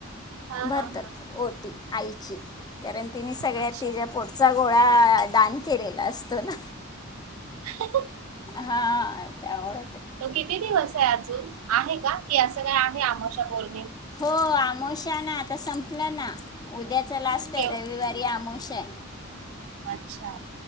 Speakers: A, on the right; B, on the left.
A: हा हा
B: भरतात
A: हा
B: ओटी आईची कारण तिने सगळ्यात
A: अच्छा
B: तच्या पोटचा गोळा दान केलेला असतो ना
A: <inaudible>
B: हा त्यावढ
A: तो किती दिवस आहे अजून आहे का की असं काय आम्ही आमश बोलो
B: हो आमोशा ना आता संपलं ना उद्या लास्ट आहे
A: केव
B: रविवारी आम शे
A: अच्छा